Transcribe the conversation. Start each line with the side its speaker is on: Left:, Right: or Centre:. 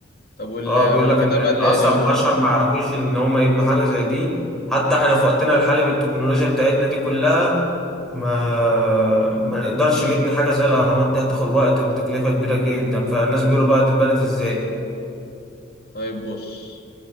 Left: طب وال...
Centre: اه بيقول
Left: والكتابة
Centre: لك ان
Left: اللي...
Centre: اصلا
Left: اللي-
Centre: البشر ما يعرفوش ان هم يبنوا حاجة زي دي حتى احنا في وقتنا الحالي بالتكنولوجيا بتاعتنا دي كلها ما ما نقدرش نبني حاجة زي الاهرامات دي هتاخد وقت وتكلفة كبيرة جدا فالناس بيقولوا بقى دي اتبنت ازاي
Left: طيب بص